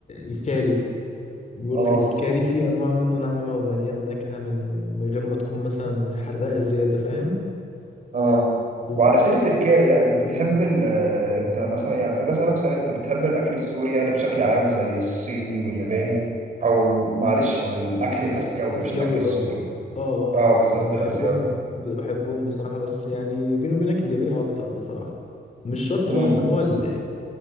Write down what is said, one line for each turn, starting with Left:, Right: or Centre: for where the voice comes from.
Left: الكاري بيقول
Right: آه
Left: لك الكاري فيه أنواع منه ناعمة ومليانة نكهة من من غير ما تكون مثلا حراقة زيادة فاهم
Right: آه
Left: و...
Right: وعلى سيرة الكاري يعني بتحب
Left: مم.
Right: ال آه، أنت مثلا يعني خليني أسألك سؤال أنت بتحب الأكل السوري يعني بشكل عام زي الصيني والياباني أو معلش على الأكل
Left: الأس-
Right: الآسيوي
Left: الآسيوي
Right: مش الأكل السوري
Left: قصدك اه
Right: اه
Left: اه
Right: بالظبط
Left: يعني بحبهم
Right: الاسيوي
Left: ب- بحبهم بصراحة بس يعني بيني وبينك الياباني أكتر بصراحة مش شرط
Right: مم.
Left: بقى اللي هو ال-